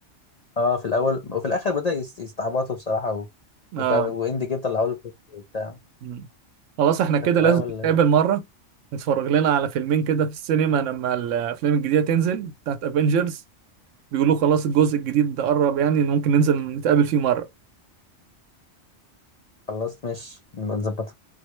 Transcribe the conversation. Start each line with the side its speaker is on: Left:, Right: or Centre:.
Left: اه في الاول وفي الاخر بدأ يس- يستعبطوا بصراحه و... وفي
Right: اه
Left: واند جيم طلعوا له كده وبتاع
Right: مم. خلاص احنا كده
Left: في الاول
Right: لازم نتقابل مرة نتفرج لنا على فيلمين كده في السينما لما الافلام الجديدة تنزل بتاعت افنجرز بيقولوا خلاص الجزء الجديد ده قرب يعني ممكن ننزل نتقابل فيه مرة
Left: خلصت ماشي نبقى نظبطها